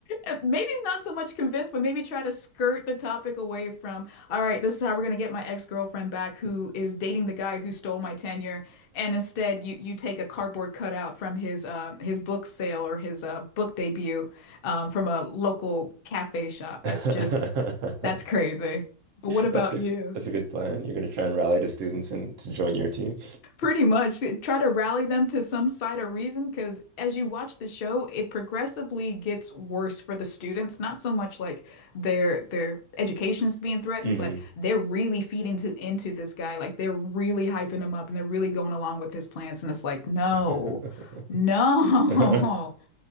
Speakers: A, on the left; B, on the right.
A: uh, maybe he's not so much convinced, but maybe try to skirt the topic away from, all right, this is how we're gonna get my ex-girlfriend back who is dating the guy who stole my tenure. And instead you you take a cardboard cutout from his um his book sale or his uh book debut um from a local cafe shop. That's
B: <laughs>
A: just that's crazy. But what about
B: That's a
A: you?
B: that's a good plan. You're gonna try and rally the students and to join your team.
A: Pretty much try to rally them to some side of reason because as you watch the show, it progressively gets worse for the students. Not so much like their their education's being threatened,
B: <laughs> hmm
A: but they're really feeding to, into this guy. Like they're really hyping him up and they're really going along with his plans. And it's like, no,
B: <laughs>
A: no.
B: <laughs> Does
A: <laughs>